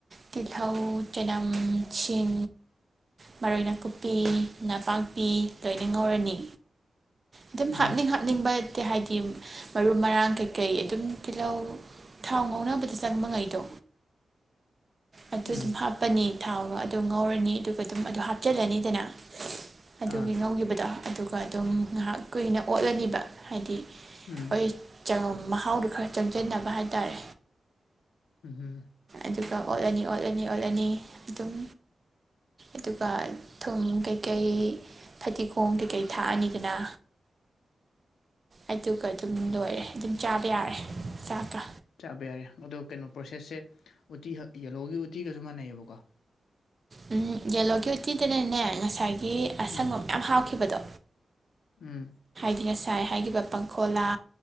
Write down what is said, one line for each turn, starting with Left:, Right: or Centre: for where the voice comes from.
Right: ꯇꯤꯜꯍꯧ ꯆꯅꯝ ꯁꯤꯡ ꯃꯔꯣꯏ ꯅꯥꯀꯨꯞꯄꯤ ꯅꯄꯥꯛꯄꯤ ꯂꯣꯏꯅ ꯉꯧꯔꯅꯤ ꯑꯗꯨꯝ
Left: ꯎꯝ
Right: ꯍꯥꯞꯅꯤꯡ ꯍꯥꯞꯅꯤꯡꯕ ꯍꯥꯏꯗꯤ ꯃꯔꯨ ꯃꯔꯥꯡ ꯀꯩꯀꯩ ꯑꯗꯨꯝ ꯇꯤꯜꯍꯧ ꯊꯥꯎ ꯉꯧꯅꯕꯗ ꯆꯪꯕ ꯉꯩꯗꯣ ꯑꯗꯨ
Left: ꯎꯝ
Right: ꯑꯗꯨꯝ ꯍꯥꯞꯄꯅꯤ ꯊꯥꯎꯒ ꯑꯗꯨ ꯉꯧꯔꯅꯤ ꯑꯗꯨꯒ ꯑꯗꯨꯝ ꯑꯗꯨ ꯍꯥꯞꯆꯤꯜꯂꯅꯤꯗꯅ ꯑꯗꯨꯒꯤ
Left: ꯑꯥ
Right: ꯉꯧꯈꯤꯕꯗꯣ ꯑꯗꯨꯒ ꯑꯗꯨꯝ ꯉꯍꯥꯛ ꯀꯨꯏꯅ ꯑꯣꯠꯂꯅꯤꯕ ꯍꯥꯏꯗꯤ
Left: ꯎꯝ
Right: ꯍꯣꯏ ꯆ ꯃꯍꯥꯎꯗꯣ ꯈꯔ ꯆꯪꯁꯤꯟꯅꯕ ꯍꯥꯏꯇꯥꯔꯦ
Left: ꯎꯍꯨꯝ
Right: ꯑꯗꯨꯒ ꯑꯣꯠꯂꯅꯤ ꯑꯣꯠꯂꯅꯤ ꯑꯣꯠꯂꯅꯤ ꯑꯗꯨꯝ ꯑꯗꯨꯒ ꯊꯨꯝ ꯀꯩꯀꯩ ꯐꯗꯤꯒꯣꯝ ꯀꯩꯀꯩ ꯊꯥꯛꯑꯅꯤꯗꯅ ꯑꯗꯨꯒ ꯑꯗꯨꯝ ꯂꯣꯏꯔꯦ ꯆꯥꯕ ꯌꯥꯔꯦ ꯆꯥꯛꯀ
Left: ꯆꯥꯕ ꯌꯥꯔꯦ ꯑꯗꯣ ꯀꯩꯅꯣ ꯄ꯭ꯔꯣꯁꯦꯁꯁꯦ ꯎꯇꯤ ꯌꯦꯂꯣꯒꯤ ꯎꯇꯤꯒꯁꯨ ꯃꯥꯟꯅꯩꯌꯦꯕꯀꯣ
Right: ꯎꯝ ꯌꯦꯂꯣꯒꯤ ꯎꯠꯇꯤꯗꯅꯅꯦ ꯉꯁꯥꯏꯒꯤ ꯑꯁꯪꯕ
Left: ꯎꯝ
Right: ꯃꯌꯥꯝ ꯍꯥꯥꯞꯈꯤꯕꯗꯣ
Left: ꯎꯝ
Right: ꯉꯁꯥꯏ ꯍꯥꯏꯈꯤꯕ ꯄꯥꯡꯈꯣꯂꯥ